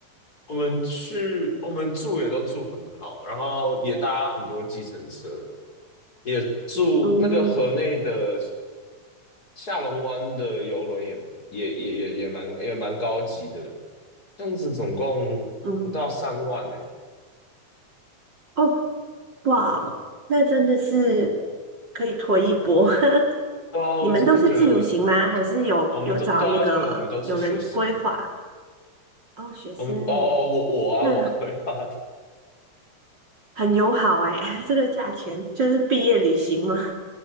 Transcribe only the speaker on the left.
我们去我们住也都住很好，然后也搭很多计程车，也住那个河内的。
下龙湾的游轮也也也也也蛮也蛮高级的，这样子总共不到三万呢、
对啊，
我真的觉得很重。
我们都都要去了，我们都是学生。
我们哦哦，我我啊，
我规划的，